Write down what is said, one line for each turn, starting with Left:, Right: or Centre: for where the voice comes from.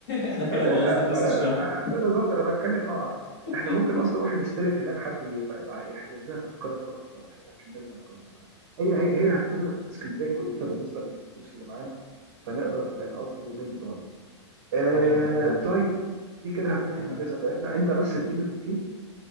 Left: احنا كده
Right: لا
Left: بوظنا فلوس
Right: لا
Left: الشهر
Right: لا لا انا بالظبط انا بتكلم اه
Left: <laughs>
Right: احنا ممكن اصلا نروح نستلف هناك حد يبقى يبقى يحجز لنا تذكره قطر ولا حاجه عشان نرجع القاهره فهي هي هي هتكون الاسكندريه كويسه بالنسبه للفلوس اللي معانا فنقدر نقضي اليومين بتوعنا آه
Left: طيب احنا
Right: طيب دي كده هتكون
Left: احنا
Right: الاجازه بتاعتنا انت بس اديني الاوكي